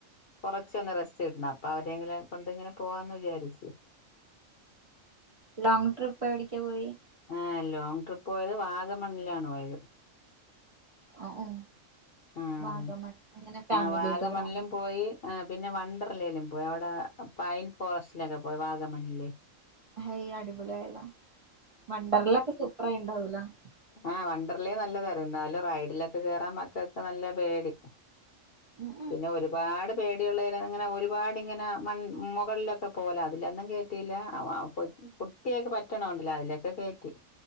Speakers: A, on the left; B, on the right.
A: കൊറച്ചോ റച്ചൊന്ന് റസ്റ്റ് കിട്ട്ണ അപ്പ അവരെങ്കില കൊണ്ട് ഇങ്ങനെ പോവാന്ന് വിജാരിച്
B: ലോങ് ട്രിപ്പ് എവിടിക്കാ പോയി
A: ആഹ് ലോങ് ട്രിപ്പ് പോയത് വാഗമണ്ണിലാണ് പോയത്
B: അഹ്
A: ആഹ്
B: വാഗമണ്ണിൽ എങ്ങനെ ഫാമിലി
A: ആഹ് വാഗമണിലും
B: ട്ടൂറാണോ
A: പോയി ആഹ് പിന്നെ വണ്ടർലയിലും പോയി അവിടെ പൈൻ ഫോറസ്റ്റിലൊക്കെ പോയി വാഗമണ്ണില്
B: ഹൈ അടിപൊളിയായല്ലോ വണ്ടർലൊക്കെ സൂപ്പർയിണ്ട് <unintelligible>
A: ആ വണ്ടർലെനല്ലതാർ എന്നാലും റൈഡിലൊക്കെ കേറാൻ മക്കക്ക് നല്ല പേടി
B: ഉം
A: പിന്നെ ഒരുപാട് പേടിയുള്ളയിനെ ഇങ്ങനെ ഒരുപാടിങ്ങനെ മൺ മുകളിലൊക്കെ പോല അതിലൊന്നും കേറ്റില്ല വ പൊൻ കുട്ടിയൊക്കെ പറ്റണണ്ടില്ല അതിലൊക്കെ കേറ്റി